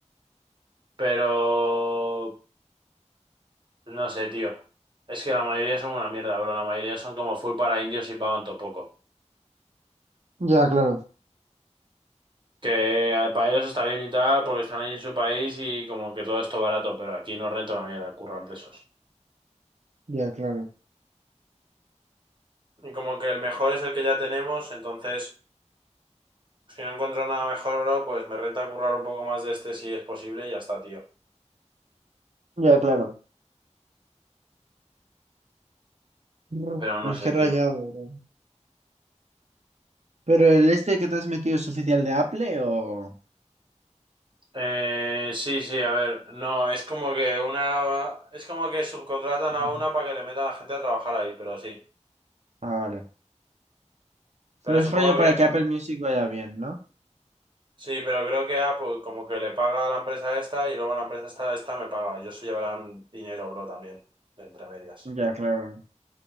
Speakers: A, on the right; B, on the right.
A: Pero no sé, tío. Es que la mayoría son una mierda, bro. La mayoría son como full para indios y pagan todo poco.
B: Ya, claro,
A: Que eh, para ellos está bien y tal, porque están ahí en su país y como que todo esto barato, pero aquí no renta una mierda currar de esos.
B: ya, claro.
A: Y como que el mejor es el que ya tenemos, entonces si no encuentro nada mejor, bro, pues me renta currar un poco más de este si es posible y ya está, tío.
B: ya, claro. Brr,
A: Pero no
B: Pues
A: sé,
B: qué rayado,
A: tío.
B: bro. Pero el este que te has metido es oficial de Apple o...
A: Eh, sí, sí, a ver, no, es como que una, es como que subcontratan
B: Ujú.
A: a una para que le metan a gente a trabajar ahí, pero sí.
B: Ah, vale.
A: Pero
B: Pero es
A: supongo
B: rollo para
A: que,
B: que Apple Music vaya bien, ¿no?
A: sí, pero creo que Apple como que le paga a la empresa esta y luego la empresa esta, esta me paga. Yo se llevarán dinero, bro, también, de entre medias.
B: Ya, claro.